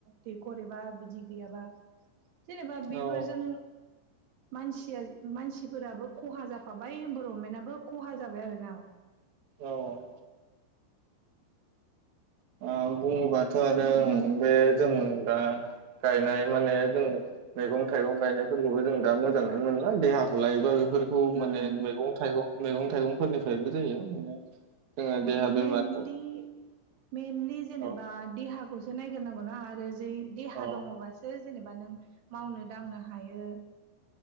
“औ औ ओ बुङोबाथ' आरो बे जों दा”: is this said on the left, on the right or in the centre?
Right